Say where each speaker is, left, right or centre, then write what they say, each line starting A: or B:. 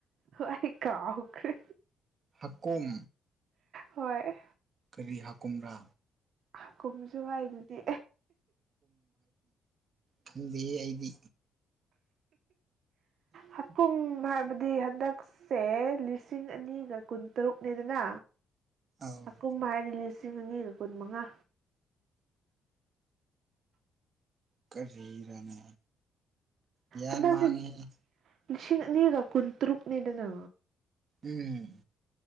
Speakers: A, on the right (about 65°); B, on the right (about 40°).
A: ꯑꯩ ꯀꯥꯎꯈ꯭ꯔꯦ
B: ꯍꯥꯀꯨꯝ
A: ꯍꯣꯏ
B: ꯀꯔꯤ ꯍꯥꯀꯨꯝꯔꯥ
A: ꯍꯥꯀꯨꯝꯁꯨ ꯍꯥꯏꯏ ꯑꯗꯨꯗꯤ
B: ꯈꯩꯗꯤ ꯑꯩꯗꯤ
A: ꯍꯥꯀꯨꯝ ꯍꯥꯏꯕꯗꯤ ꯍꯟꯗꯛꯁꯦ ꯂꯤꯁꯤꯡ ꯑꯅꯤꯒ ꯀꯨꯟꯇꯔꯨꯛꯅꯤꯗꯅ
B: ꯑꯧ
A: ꯍꯀꯨꯝ ꯍꯥꯏꯗꯤ ꯂꯤꯁꯤꯡ ꯑꯅꯤꯒ ꯀꯨꯟ ꯃꯉꯥ
B: ꯀꯔꯤꯅꯣꯅꯦ ꯭ꯒ꯭ꯌꯥꯟ
A: ꯍꯟꯗꯛꯁꯦ
B: ꯃꯥꯡꯉꯤꯍꯦ
A: ꯂꯤꯁꯤꯡ ꯑꯅꯤꯒ ꯀꯨꯟꯇ꯭ꯔꯨꯛꯅꯤꯗꯅ
B: ꯎꯝ